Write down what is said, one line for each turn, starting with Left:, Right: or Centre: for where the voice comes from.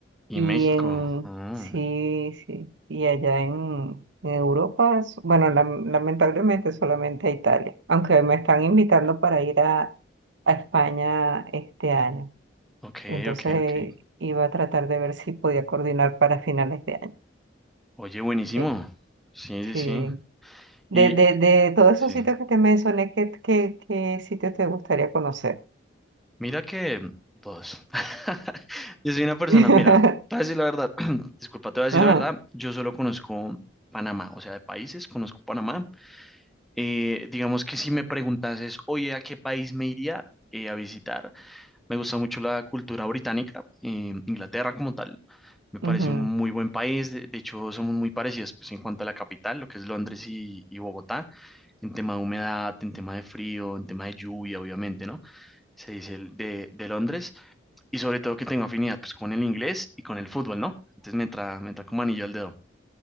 Centre: Y
Right: Y
Centre: México.
Right: en,
Centre: ah,
Right: sí, sí, y allá en, en Europa, s- bueno, lam- lamentablemente solamente a Italia, aunque me están invitando para ir a, a España este año.
Centre: ok,
Right: Entonces
Centre: ok, ok.
Right: iba a tratar de ver si podía coordinar para finales de año.
Centre: Oye, buenísimo.
Right: Eh,
Centre: Sí,
Right: sí.
Centre: sí, sí.
Right: De,
Centre: Y
Right: de, de todos
Centre: sí.
Right: esos sitios que te mencioné, ¿qué, qué, qué sitio te gustaría conocer?
Centre: Mira que todos. <laughs> Yo soy una persona,
Right: <laughs>
Centre: mira, te voy a decir la verdad, <clears throat> disculpa, te voy a decir
Right: Ajá,
Centre: la verdad, yo solo conozco Panamá, o sea, de países, conozco Panamá. Eh, digamos que si me preguntases, oye, ¿a qué país me iría eh, a visitar? Me gusta mucho la cultura británica, eh, Inglaterra como tal. Me parece
Right: ujú.
Centre: un muy buen país, de, de hecho somos muy parecidos pues, en cuanto a la capital, lo que es Londres y, y Bogotá, en tema de humedad, en tema de frío, en tema de lluvia, obviamente, ¿no? Se dice el de de Londres y sobre todo que tengo afinidad pues con el inglés y con el fútbol, ¿no? Entonces me entra, me entra como anillo al dedo.